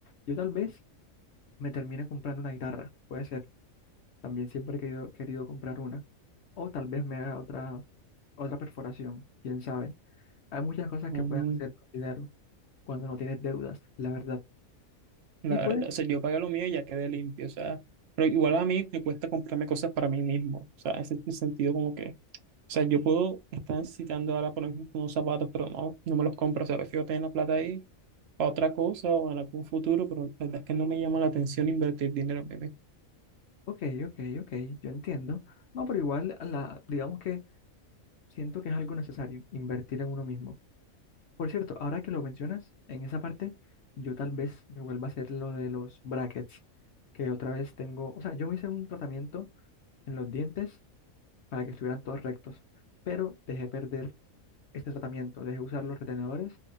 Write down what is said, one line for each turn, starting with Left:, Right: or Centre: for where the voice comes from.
Left: Yo tal vez me termine comprando una guitarra. Puede ser. También siempre he querido, querido comprar una. O tal vez me haga otra, otra perforación. Quién sabe. Hay muchas cosas
Right: Mm.
Left: que puedes hacer con dinero cuando no tienes deudas, la verdad.
Right: La
Left: Y pues,
Right: verdad, o sea, yo pagué lo mío y ya quedé limpio, o sea, pero igual a mí me cuesta comprarme cosas para mí mismo, o sea, ese es el sentido como que, o sea, yo puedo estar necesitando ahora, por ejemplo, unos zapatos, pero no, no me los compro, o sea, prefiero tener la plata ahí para otra cosa o en algún futuro, pero la verdad es que no me llama la atención invertir dinero en mí mismo.
Left: ok, ok, ok. Yo entiendo. No, pero igual, la, digamos que siento que es algo necesario, invertir en uno mismo. Por cierto, ahora que lo mencionas, en esa parte, yo tal vez me vuelva a hacer lo de los brackets, que otra vez tengo, o sea, yo me hice un tratamiento en los dientes para que estuvieran todos rectos, pero dejé perder este tratamiento, dejé usar los retenedores